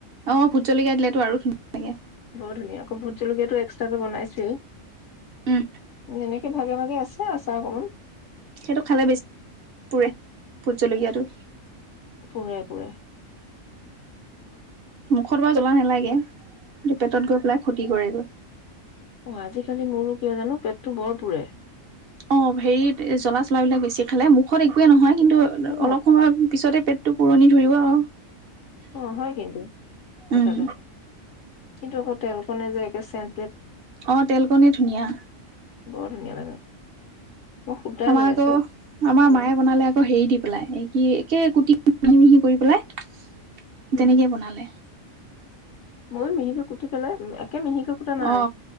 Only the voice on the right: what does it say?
অ ভোট জলকাই দিলেতো আৰু ধুনীয়া লাগে।
উম।
সেইটো খালে বেছি পৰে ভোট জলকীয়াটো।
মুখত বাৰু জ্বলা নালাগে পেটত গৈ পেলাই ক্ষতি কৰেগৈ।
অ হেৰিত জ্বলা চলাবিলাক বেছি খালে মুখত একোৱে নহয়। কিন্তু
অলপ সময় পিছতে পেট টো পুৰণি ধৰিব অ।
উম,
অ তেল কণে ধুনীয়া।
আমাৰ
আকৌ আমাৰ
মায়ে বনালে আকৌ হেৰি দি পেলাই এই কি একে কুটি মিহি মিহি কৰি পেলাই।
তেনেকে বনালে
অ